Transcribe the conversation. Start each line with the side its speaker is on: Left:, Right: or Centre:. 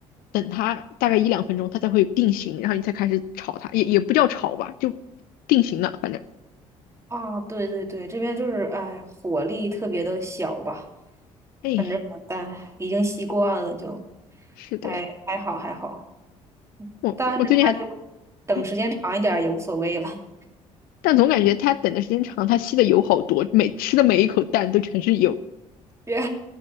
Left: 等它大概一两分钟，它才会定型，然后你才开始炒它，也也不叫炒吧，就定型了。反
Right: 啊，对对对，这边就是哎，火力特别的小吧，
Left: 哎，
Right: 反正但已经习惯了就，
Left: 是的，
Right: 还还好还好，
Left: 我我我最近还。
Right: 但是他就等时间长一点儿也无所谓了，
Left: 啊但总感觉它等的时间长，它吸的油好多，每吃的每一口蛋都全是油。
Right: 别